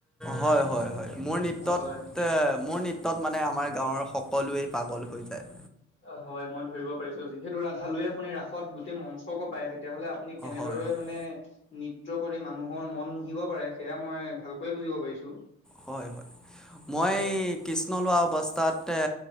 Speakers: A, in the centre; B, on the left.
A: হয়- হয় -হয় মোৰ নৃত্যত,
B: হয়
A: এ মোৰ নৃত্যত মানে আমাৰ গাঁৱৰ সকলোৱে পাগল হৈ যায়।
B: অ' হয়, মই ধৰিব পাৰিছো যিহেতু ৰাধালৈয়ে আপুনি ৰাসত গোটেই মঞ্চক কপাই। তেতিয়াহলে আপুনি কেনেদৰে
A: হয় হয়
B: মানে নৃত্য কৰি মানুহৰ মন মুহিব পাৰে সেয়া মই ভালকৈয়ে বুজিব পাৰিছো।
A: হয়- হয় মই
B: হয়
A: কৃষ্ণ লোৱা অৱস্থাত, এ